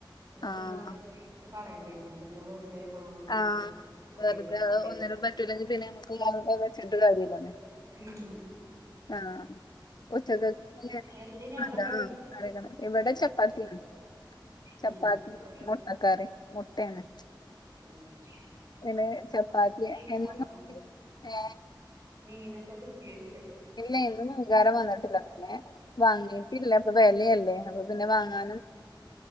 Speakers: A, on the right; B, on the left.
A: ഇത് ഇപ്പോ
B: ആഹ്
A: എന്താന്ന് അറിയോ ഈസ്റ്റ് കളയേണ്ടി വരും ഇഞ്ഞി ഇപ്പം എന്തിനാ വെറുതെ മാവ് പൊട്ടിച്ചത്
B: ആഹ്
A: ഉപയോഗിച്ചിട്ട്
B: വെറുതെ അഹ് ഒന്നിനും പറ്റൂല്ലെങ്കിൽ പിന്നെ നമ്മുക്ക് അഹ് വെച്ചിട്ട് കാര്യല്ലല്ലോ
A: ഉം
B: ആഹ് ഉച്ചക്കക്ക്
A: എന്തേനി
B: മാണ്ടാ
A: അവിടെ കടി
B: ആഹ് കറികള് ഇവിടെ ചപ്പാത്തിയാണ് ചപ്പാത്തി
A: ഉം കറി
B: മുട്ട കറിം മുട്ടയാണ്
A: ആഹ്
B: പിന്നെ
A: <unintelligible>
B: ചപ്പാത്തി എന്നും ഏ
A: മീനൊക്കെ കിട്ടിയോയ്ച്ചാ
B: ഇല്ല ഇന്ന് മീൻകാരൻ വന്നിട്ടില്ല പിന്നെ വാങ്ങീട്ടില്ല ഇപ്പൊ വെലയല്ലേ അപ്പൊ പിന്നെ വാങ്ങാനും